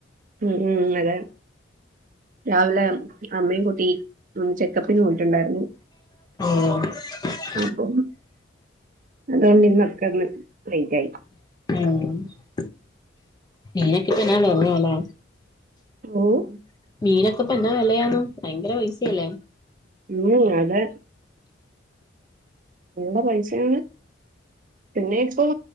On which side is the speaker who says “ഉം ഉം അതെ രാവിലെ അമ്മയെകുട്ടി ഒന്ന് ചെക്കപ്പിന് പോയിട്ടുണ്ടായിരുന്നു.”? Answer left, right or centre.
Right